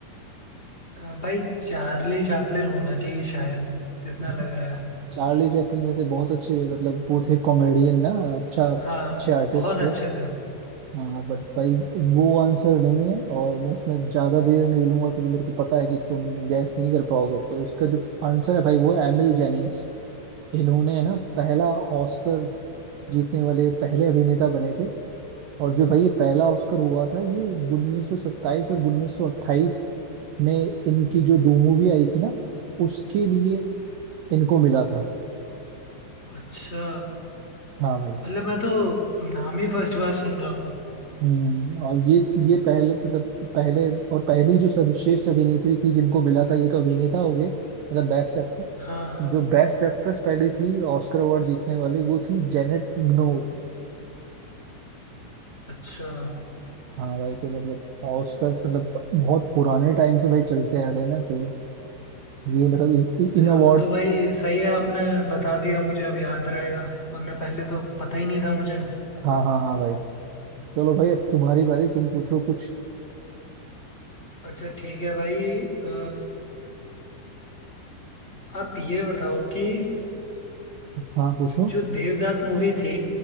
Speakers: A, on the left; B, on the right.
A: अ, भाई चार्ली चैपलिन होना चाहिए शायद जितना
B: <laughs>
A: लग रहा है
B: चार्ली चैपलिन वैसे बहुत अच्छे मतलब वो थे कॉमेडियन ना अच्छा अच्छे
A: हाँ
B: आर्टिस्ट
A: बहुत अच्छे
B: थे
A: थे
B: हाँ बट भाई वो आंसर नहीं है और मैं इसमें ज्यादा देर नहीं लूंगा क्योंकि मेरे को पता है कि तुम गैस नहीं कर पाओगे तो इसका जो आंसर है भाई वो है एमिल जेनिंग्स इन्होंने है ना पहला ऑस्कर जीतने वाले पहले अभिनेता बने थे और जो भाई ये पहला ऑस्कर हुआ था ये 1927 और 1928 में इनकी जो दो मूवी आई थी ना उसके लिए इनको मिला था
A: अच्छा
B: हाँ भाई
A: मतलब मैं तो नाम ही फर्स्ट बार सुन रहा हूँ
B: हम्म, और ये ये पहले मतलब पहले और पहली जो सर्वश्रेष्ठ अभिनेत्री थी जिनको मिला था ये तो अभिनेता हो गए मतलब बेस्ट एक्टर
A: हाँ हाँ
B: जो बेस्ट एक्ट्रेस पहली थी ऑस्कर अवार्ड जीतने वाली वो थी जेनेट ग्नोर
A: अच्छा
B: हाँ भाई तो मतलब ऑस्कर मतलब बहुत पुराने टाइम से भाई चलते आ रहे हैं ना तो ये मतलब इस- इ-
A: चलो
B: इन अवार्ड
A: तो भाई सही है आपने बता दिया मुझे अब याद रहेगा वरना पहले तो पता ही नहीं था मुझे
B: हाँ हाँ हाँ भाई चलो भाई अब तुम्हारी बारी तुम पूछो कुछ
A: अच्छा ठीक है भाई अ, आप ये बताओ कि
B: हाँ पूछो
A: जो देवदास मूवी थी